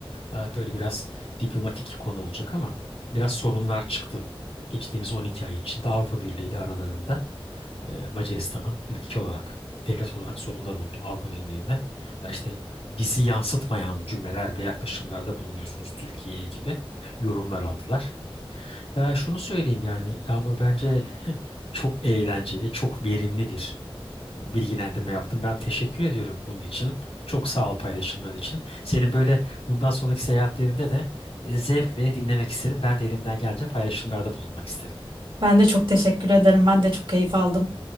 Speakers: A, on the left; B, on the right.
A: e, böyle biraz diplomatik konu olacak ama biraz sorunlar çıktı. Geçtiğimiz 12 ay içinde Avrupa Birliği ile aralarında e, Macaristan'ın ülke olarak, devlet olarak sorunlar oldu Avrupa Birliği'nde. Ya işte bizi yansıtmayan cümleler ve yaklaşımlarda bulunuyorsunuz Türkiye'ye gibi yorumlar aldılar. Ya şunu söyleyeyim yani Yağmur bence <laughs> çok eğlenceli, çok verimli bir bilgilendirme yaptım. Ben teşekkür ediyorum bunun için. Çok sağ ol paylaşımların için. Senin böyle bundan sonraki seyahatlerinde de e, zevkle dinlemek isterim. Ben de elimden gelince paylaşımlarda bulunmak isterim.
B: Ben de çok teşekkür ederim. Ben de çok keyif aldım.